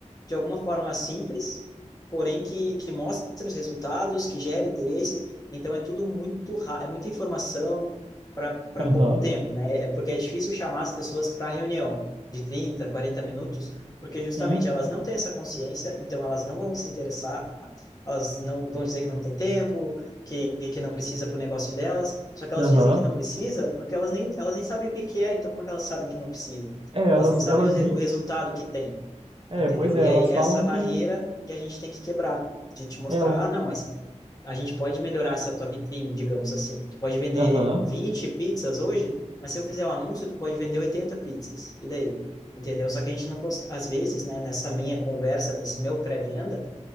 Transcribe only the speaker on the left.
de alguma forma simples, porém que, que mostre os resultados, que gere interesse. Então é tudo muito ra- é muita informação para
pouco tempo, né? É porque é difícil chamar as pessoas para reunião de 30, 40 minutos, porque justamente
elas não têm essa consciência, então elas não vão se interessar, elas não vão dizer que não tem tempo, que, que não precisa para o negócio delas. Só que elas
dizem que não precisa porque elas nem, elas nem sabem o que que é, então como é que elas sabem que não precisa?
Elas não sabem
o, re- o resultado que tem.
Entendeu?
E
aí, essa
barreira
que a gente tem que quebrar, de te mostrar,
ah, não, mas a gente pode melhorar essa tua vitrine, digamos assim. Tu pode vender
20 pizzas hoje, mas se eu fizer um anúncio, tu pode vender 80 pizzas. E daí? Entendeu? Só que a gente não, cons- às vezes, né, nessa minha conversa, nesse meu pré-venda,